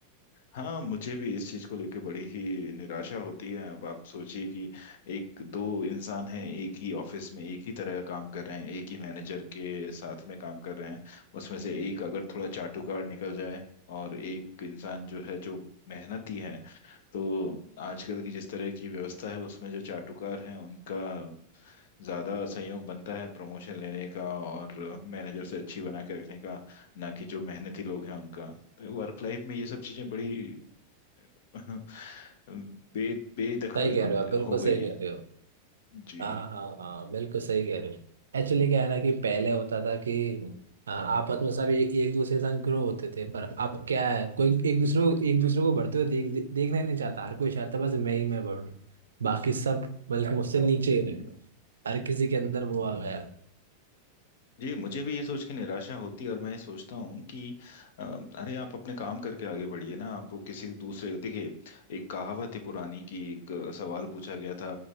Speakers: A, on the left (about 55°); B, on the right (about 70°).
A: हाँ मुझे भी इस चीज को लेके बड़ी ही निराशा होती है अब आप सोचिए कि एक दो इंसान हैं एक ही ऑफिस में एक ही तरह का काम कर रहे हैं एक ही मैनेजर के साथ में काम कर रहे हैं उसमें से एक अगर थोड़ा चाटुकार निकल जाए और एक इंसान जो है जो मेहनती है तो आजकल की जिस तरह की व्यवस्था है उसमें जो चाटुकार हैं उनका ज़्यादा सहयोग बनता है प्रमोशन लेने का और मैनेजर से अच्छी बना के रखने का ना कि जो मेहनती लोग हैं उनका तो वर्क लाइफ में ये सब चीज़ें बड़ी <laughs> बे बेदखल
B: <laughs> सही कह रहे हो आप बिल्कुल
A: हो गई
B: सही
A: हैं
B: कह रहे हो
A: जी
B: हाँ हाँ हाँ बिल्कुल सही कह रहे हो एक्चुअली क्या है ना कि पहले होता था कि आ, आपस में सब एक एक दूसरे के साथ ग्रो होते थे पर अब क्या है कोई एक दूसरे को एक दूसरे को बढ़ते हुए देख दे- देखना ही नहीं चाहता हर कोई चाहता है बस मैं ही मैं बढ़ूं बाकी सब बल्कि मुझसे नीचे ही रहे हर किसी के अंदर वो आ गया
A: जी मुझे भी ये सोच के निराशा होती है और मैं ये सोचता हूँ कि अ, अरे आप अपने काम करके आगे बढ़िए ना आपको किसी दूसरे देखिए एक कहावत है पुरानी कि एक सवाल पूछा गया था